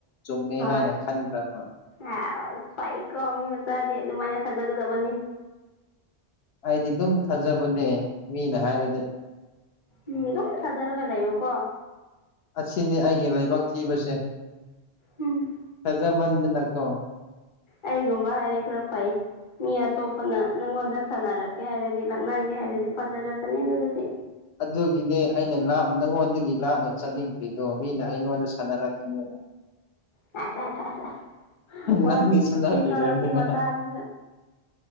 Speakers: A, on the left; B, on the left.
A: ꯆꯨꯝꯃꯦ
B: ꯍꯣꯏ
A: ꯍꯥꯏꯅ ꯈꯟꯈ꯭ꯔꯕ
B: <unintelligible> ꯐꯩꯀꯣ ꯃꯤ ꯃꯆꯥꯗꯤ ꯑꯗꯨꯃꯥꯏꯅ ꯊꯥꯖꯒꯗꯕꯅꯤ
A: ꯑꯩꯗꯤ ꯗꯨꯝ ꯊꯥꯖꯕꯅꯦ ꯃꯤꯅ ꯍꯥꯏꯔꯗꯤ
B: ꯃꯤ ꯑꯗꯨꯝ ꯊꯖꯔꯒ ꯂꯩꯌꯨꯀꯣ
A: ꯑꯁꯤꯅꯤ ꯑꯩꯒꯤ ꯂꯥꯏꯕꯛ ꯊꯤꯕꯁꯦ
B: ꯎꯝ
A: ꯊꯖꯃꯟꯗꯅꯀꯣ
B: ꯑꯩꯒꯨꯝꯕ ꯍꯥꯏꯔꯦ ꯈꯔ ꯐꯩ ꯃꯤ ꯑꯇꯣꯞꯄꯅ ꯅꯪꯉꯣꯟꯗ ꯁꯥꯟꯅꯔꯛꯀꯦ ꯍꯥꯏꯔꯗꯤ ꯂꯛꯅꯒꯦ ꯍꯥꯏꯔꯗꯤ ꯐꯖꯔꯛꯀꯅꯤ ꯑꯗꯨꯗꯗꯤ
A: ꯑꯗꯨꯒꯤꯅꯦ ꯑꯩꯅꯥ ꯂꯥꯞ ꯅꯪꯉꯣꯟꯗꯒꯤ ꯂꯥꯞꯅ ꯆꯠꯅꯤꯡꯗ꯭ꯔꯤꯗꯣ ꯃꯤꯅ ꯑꯩꯉꯣꯟꯗ ꯁꯥꯟꯅꯔꯛꯀꯅꯦꯅ
B: <unintelligible> ꯁꯦꯁ ꯋꯔꯛ
A: ꯅꯪꯗꯤ ꯁꯥꯟꯅꯕꯤꯔꯣꯏꯗꯅ
B: ꯅꯤꯀꯣ ꯁꯤ ꯃꯆꯥ <unintelligible>